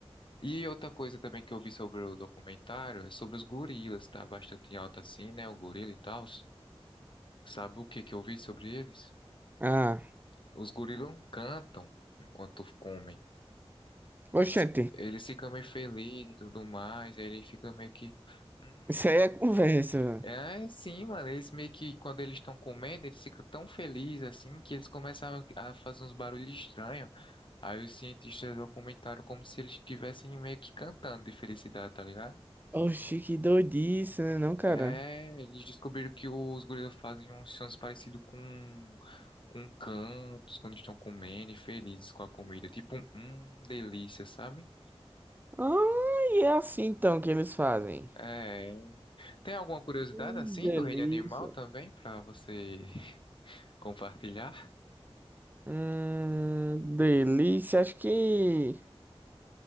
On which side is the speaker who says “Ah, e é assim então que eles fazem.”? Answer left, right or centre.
Right